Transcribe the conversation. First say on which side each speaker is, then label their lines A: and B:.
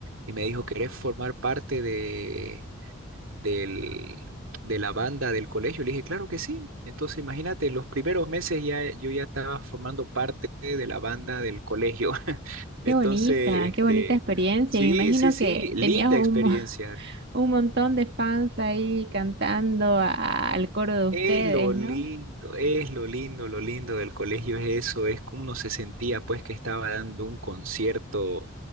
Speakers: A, on the right (about 65°); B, on the right (about 50°).
A: y me dijo, ¿querés formar parte de, del- de la banda del colegio? Le dije, claro que sí. Entonces, imagínate, en los primeros meses ya yo ya estaba formando parte de la banda del colegio. <laughs> Entonces,
B: Qué bonita, qué
A: este,
B: bonita experiencia.
A: sí,
B: Y me imagino
A: sí, sí,
B: que
A: linda
B: tenías un,
A: experiencia.
B: mo- <laughs> un montón de fans ahí cantando a- a- al coro de ustedes,
A: Es lo lindo,
B: ¿no?
A: es lo lindo, lo lindo del colegio es eso, es como uno se sentía pues que estaba dando un concierto